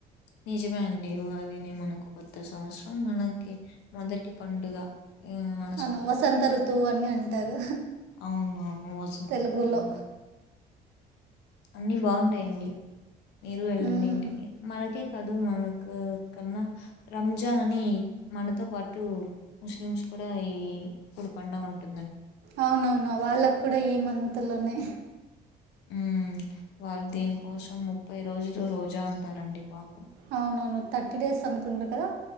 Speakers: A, on the left; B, on the right.
A: నిజమే అండి ఉగాదినే మనకు కొత్త సంవత్సరం మనకి మొదటి పండుగ ఆ, మన
B: అవును వసంత ఋతువు అని అంటారు
A: అవునవును వసంత
B: తెలుగులో
A: ఋతువు అన్ని బాగుంటాయండి మీరు వెళ్ళండి
B: మ్మ్.
A: ఇంటికి మనకి కాదు మనకు కన్నా రంజాన్ అని మనతో పాటు ముస్లిమ్స్ కూడా ఈ ఇప్పుడు పండగ ఉంటుంది
B: అవునవును వాళ్ళకు కూడా ఈ మంత్ లోనే
A: ఉమ్ వాళ్ళు దీని కోసం ముప్పై రోజులు రోజా ఉంటారండి పాపం
B: అవునవును థర్టీ డేస్ అనుకుంట కదా